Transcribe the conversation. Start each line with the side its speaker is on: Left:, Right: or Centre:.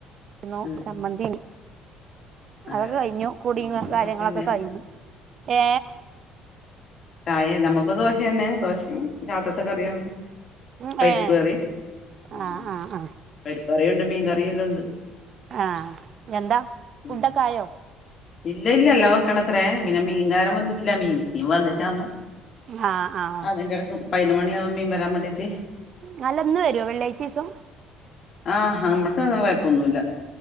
Right: ന്നോ
Left: ഉം
Right: സംബന്തി
Left: അതെയോ
Right: അതൊക്കെ കഴിഞ്ഞു കുട
Left: നമുക്കും
Right: കാര്യങ്ങളൊക്കെ
Left: ദോശ തന്നെ
Right: കഴിഞ്ഞു ഏ
Left: ചായേ നമുക്ക ദോശം തന്നെ ദോശയും കാത്തത്തൊക്കെ അറിയന്ന്
Right: ഉം
Left: പരിപ്പ്
Right: ഏ
Left: കറി
Right: ആ
Left: ഉ
Right: ആ ആ
Left: പരിപ്പ് കറിിയുണ്ട് മീൻകറിിയ എല്ലാം ഉണ്ട്
Right: ആഹ എന്താ
Left: ഉം
Right: ഫുഡൊക്കെ ആയോ
Left: ഇല്ല ഇല്ല അല്ല വെക്കണത്രേ പിന്നെ മീൻകാരം വന്നിട്ടില്ല മീൻ മീൻ വന്നിട്ടാോ
Right: ആ ആ
Left: അതിന്റെിടക്ക് പതിനതിന മണിയ ആക മീൻ വരാൻ വേണ്ടിട്ട്
Right: നല്ലൊന്നും വരുവോ വെള്ളാഴ്ചീസം
Left: ആഹ നമ്മുക്ക് അങ്ങന വായ്പൊന്നുമല്ല